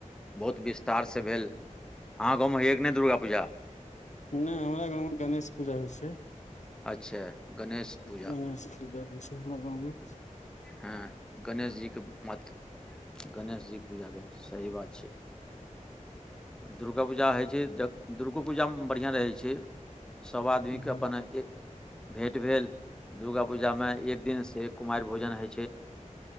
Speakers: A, in the centre; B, on the left.
A: बहुत विस्तारसँ भेल, अहाँ गाँवमे होइय कि नै दुर्गा पूजा।
B: नहि हमरा गाँवमे तऽ गणेश पूजा होइ छै।
A: अच्छा! गणेश पूजा
B: गणेश पूजा होइ छै, हमरा गाँवमें।
A: हँ गणेश जीे के मात्र। गणेश जीके पूजा भेल सही बात छै। दुर्गा पूजा होइ छै, ज दुर्गो पूजामे बढ़िआँ रहै छै। सब आदमी के
B: ह
A: अपन भेट भेल, दुर्गा पूजा में एक दिन से कुमाईर भोजनइ है